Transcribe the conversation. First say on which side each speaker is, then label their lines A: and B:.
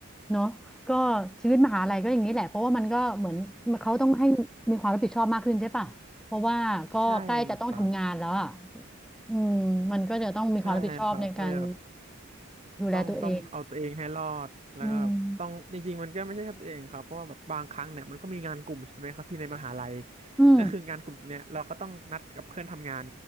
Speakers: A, in the centre; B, on the right (about 30°).
A: เนาะก็ชีวิตมหาลัยก็อย่างนี้แหละเพราะว่ามันก็เหมือนเขาต้องให้มีความรับผิดชอบมากขึ้นใช่ปะเพราะว่าก็ใกล้จะต้องทำงานแล้วอ่ะ
B: ใช่ครับ
A: อืมมันก็จะต้องมีความรับผิดชอบในการ
B: ใช่ครับก็เลยแบบ
A: ดูแลตัวเอง
B: ต้องต้องเอาตัวเองให้รอดแล้วก็แบบต้องจริงๆมันก็ไม่ใช่แค่ตัวเองครับเพราะว่าแบบบางครั้งเนี่ยมันก็มีงานกลุ่มใช่ไหมครับพี่ในมหาลัย
A: อืมอืม
B: นั่นคืองานกลุ่มเนี่ยเราก็ต้องนัดกับเพื่อนทำงาน